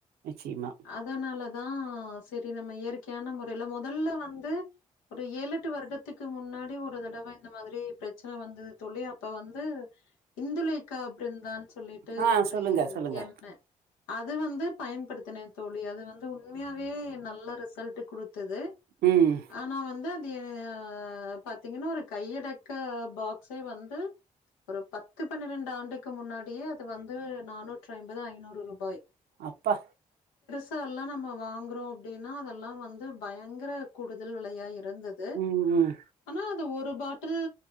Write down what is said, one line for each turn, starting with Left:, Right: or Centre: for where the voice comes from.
Right: நிச்சயமா
Left: அதனாலதா ஆ சரி நம்ம இயற்கையான முறையில மொதல்ல வந்து ஒரு ஏழு எட்டு வருடத்துக்கு முன்னாடி ஒரு தடவை இந்த மாதிரி பிரச்சனை வந்தது சொல்லி அப்ப வந் ந்து இந்துலேக்கா பிர்ங்கானு சொல்லிட்டு
Right: ஆ
Left: ஒரு
Right: சொல்லுங்க சொல்லுங்க
Left: எண்ணெ அது வந்து பயன்படுத்தினே தோழி அது வந்து உண்மையாவே நல்ல ரிசல்ட் குடுத் - தது
Right: ம்
Left: ஆனா வந்து தி ஆ பாத்தீங்கன்னா ஒரு கையடக்க பாட் சோ வந்து ஒரு பத்து பன்னிரெண்டு ஆண்டுக்கு முன்னாடியே அது வந்து நானூற்றி ஐம்பது ஐநூறு ரூபாய்
Right: அப்பா
Left: மத்தாலா நம்ம வாங்குறோ அப்டின்னா அதெல்லா வந்து பயங்கர கூடுதல் விலையாய் இருந்தது
Right: ம் ம்
Left: ஆனா அது ஒரு ஒரு பாட்டில்